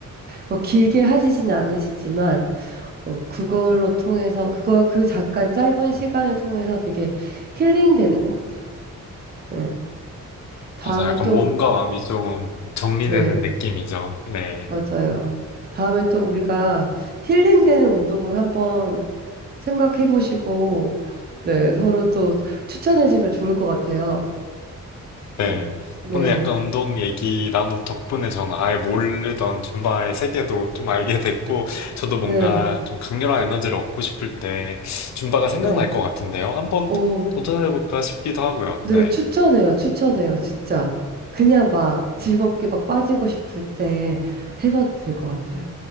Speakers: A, on the right (about 30°); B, on the left (about 65°).
A: 뭐 길게 하시진 않으시지만, 어, 그걸로 통해서, 그거, 그 잠깐 짧은 시간을 통해서 되게 힐링되는 것 같아요. 네. 다음에
B: 맞아. 약간
A: 또,
B: 몸과 마음이 좀 정리되는
A: 네,
B: 느낌이죠. 네.
A: 맞아요. 다음에 또 우리가 힐링되는 운동을 한번 생각해 보시고, 네, 서로 또 추천해 주면 좋을 것 같아요.
B: 네.
A: 어, 네,
B: 오늘 약간 운동 얘기 나누 덕분에 저는 아예 모르던 줌바의 세계도 좀 알게 됐고, 저도 뭔가
A: 네,
B: 좀 강렬한 에너지를 얻고 싶을 때 줌바가 생각날
A: 네.
B: 것 같은데요. 한번
A: 오,
B: 도전해볼까 싶기도 하고요.
A: 네,
B: 네.
A: 추천해요, 추천해요, 진짜. 그냥 막 즐겁게 막 빠지고 싶을 때 해봐도 될 것 같아요.